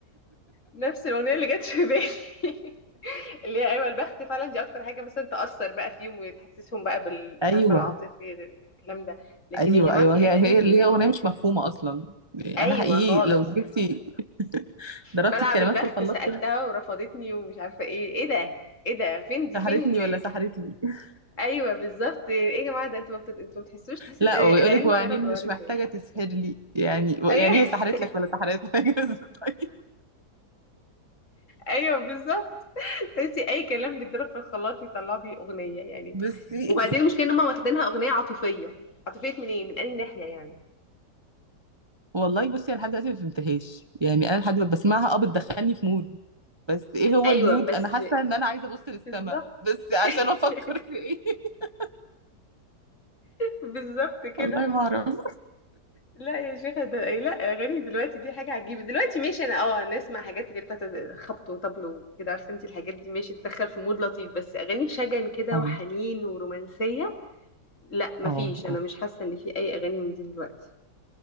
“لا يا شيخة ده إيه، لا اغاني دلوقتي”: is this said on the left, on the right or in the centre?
Left